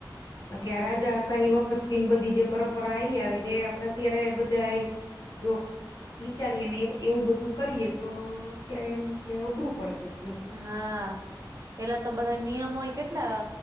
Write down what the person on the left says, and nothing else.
બાકી આ રાજાશાહી વખતનથી બધી જે પરંપરા હાલી આવે છે એ આપડે અત્યારે બધાય જો વિચારીએ ને એવું બધું કરીએ તો અત્યારે એમકે અઘરું પડે બધું એમ